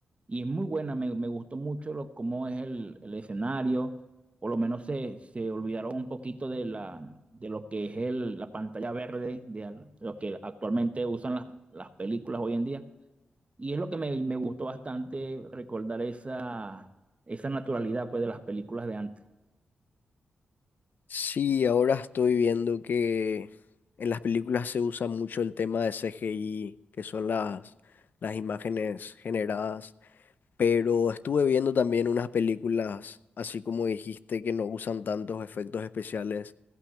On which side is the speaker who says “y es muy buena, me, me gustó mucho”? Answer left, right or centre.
Right